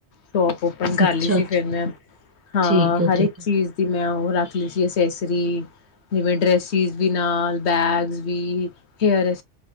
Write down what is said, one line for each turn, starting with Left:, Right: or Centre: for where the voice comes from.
Left: ਸ਼ੋਪ ਓਪਨ ਕਰ
Right: ਅੱਛਾ-ਅੱਛਾ
Left: ਲਈ ਸੀ ਫਿਰ ਮੈਂ ਹਾਂ
Right: ਠੀਕ ਹੈ
Left: ਹਰ
Right: ਠੀਕ
Left: ਇੱਕ
Right: ਹੈ
Left: ਚੀਜ਼ ਦੀ ਮੈਂ ਉਹ ਰੱਖ ਲੀ ਸੀ ਅਸੈਸਰੀ ਨਵੇਂ ਡਰੈੱਸ ਨਾਲ ਬੈਗ ਵੀ ਹੇਅਰ ਅ